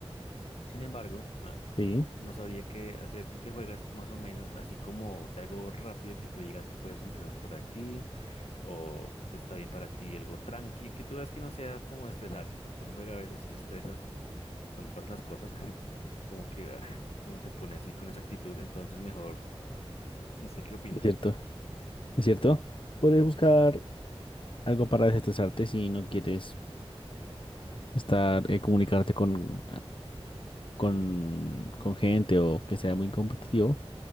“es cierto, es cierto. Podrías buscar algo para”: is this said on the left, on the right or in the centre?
Left